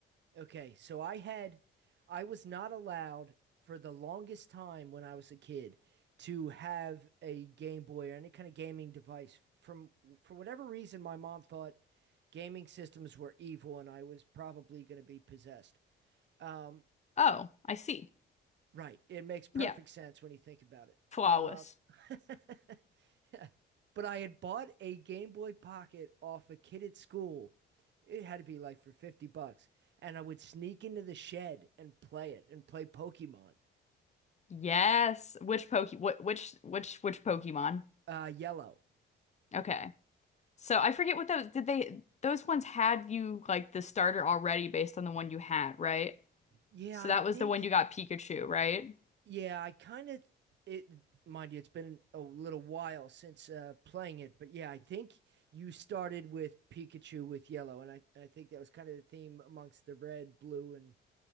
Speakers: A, on the right (about 65°); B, on the left (about 35°).
A: Okay, so I had I was not allowed for the longest time when I was a kid to have a Game Boy or any kind of gaming device. From for whatever reason, my mom thought gaming systems were evil and I was probably going to be possessed. Um,
B: Oh, I see.
A: right. It makes perfect
B: Yeah,
A: sense when you think about it.
B: flawless.
A: Uh, <laughs> <laughs> but I had bought a Game Boy Pocket off a kid at school. It had to be like for 50 bucks. And I would sneak into the shed and play it and play Pokemon
B: Yes. Which Poke? What? Which? Which? Which Pokemon?
A: uh, Yellow.
B: Okay. So I forget what those did they those ones had you like the starter already based on the one you had, right?
A: Yeah,
B: So
A: I
B: that
A: think,
B: was the one you got Pikachu, right?
A: yeah, I kind of, it, mind you, it's been a little while since uh, playing it. But yeah, I think you started with Pikachu with Yellow. And I, I think that was kind of the theme amongst the red, blue, and